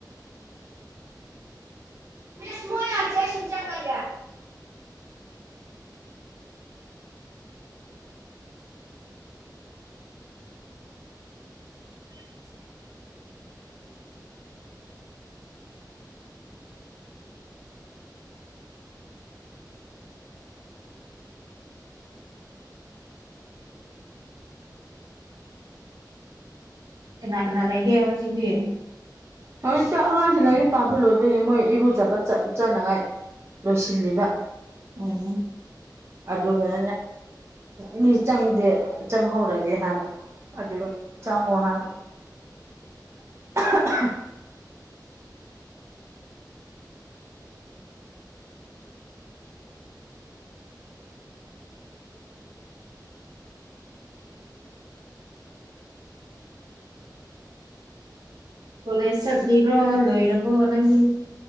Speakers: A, on the right (about 35°); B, on the right (about 65°).
A: ꯃꯤꯁꯨꯃ ꯌꯥ ꯆꯦ ꯁꯟ ꯆꯪꯉ
B: <unintelligible> ꯀꯅꯥ-ꯀꯅꯥ ꯂꯩꯒꯦ ꯍꯧꯖꯤꯛꯇꯤ
A: ꯍꯧꯖꯤꯛꯇ ꯑꯉꯥꯡꯁꯤ ꯂꯥꯏꯔꯤꯛ ꯄꯥꯕ ꯂꯣꯏꯕꯒꯤ ꯃꯣꯏ ꯏꯔꯨꯖꯕ ꯆ ꯆꯅꯉꯥꯏ ꯂꯣꯏꯁꯤꯜꯂꯤꯕ
B: ꯎꯝ
A: ꯑꯗꯨꯅꯦ ꯃꯤ ꯆꯪꯗꯦ ꯆꯪꯍꯧꯔꯒꯦ ꯍꯥꯏꯕ ꯑꯗꯨꯒ ꯆꯪꯉꯨ ꯍꯥꯏꯕ <inaudible>
B: ꯀꯣꯂꯦꯖ ꯆꯠꯂꯤꯕ꯭ꯔꯣ ꯂꯣꯏꯔꯕꯣ ꯅꯪꯒꯤ